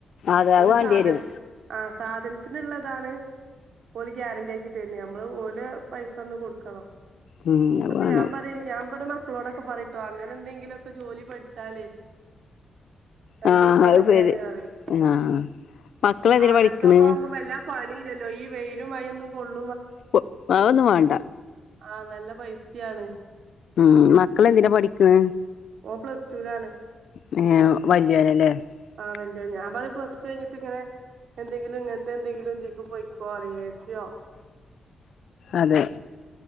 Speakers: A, on the left; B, on the right.
A: അതെ
B: ഒരു
A: അത് വേണ്ടിവരും
B: സാധന ആഹ് സാധനത്തിനുള്ളതാണ് ഓല് ഗ്യാരണ്ടി ആക്കി തര്ണ് നമ്മള് ഓലെ പൈസ അന്ന് കൊടുക്കണം.
A: ഉം അത്
B: അപ്പൊ
A: വേണം
B: ഞാൻ പറയാ ഞാൻ ഇവിടെ മക്കളോടൊക്കെ പറയിട്ടോ അങ്ങനെ എന്തെങ്കിലുംക്കെ ജോലി പഠിച്ചാലേ നല്ലൊരു
A: ആ
B: കാര്യാണ്
A: അത് ശരി
B: അറിം
A: ആ മക്കളെന്തിനാ
B: ആങ്ങനത്തൊക്കെ
A: പഠിക്കണ്
B: ആവുമ്പോ വല്ലാ പണയില്ലല്ലോ ഈ വെയിലും, മയൊന്നും കൊള്ള
A: <unintelligible> അതൊന്നും വേണ്ട
B: ആഹ് നല്ല പൈസയാണ്
A: ഉം മക്കള് എന്തിനാ പഠിക്ക്ണ്
B: ഓൻ പ്ലസ് ടൂ ലാണ്
A: ഏ <unintelligible>
B: ആ വ്ല്യ യോൻ ഞാൻപറ പ്ലസ് ടു കഴിഞ്ഞ്ട്ട് ഇങ്ങനെ. എന്തെങ്കിലും ഇങ്ങനത്തെ എന്തെങ്കിലും ന്തീക്ക് പൊയ്ക്കോ എസിയോ.
A: അതെ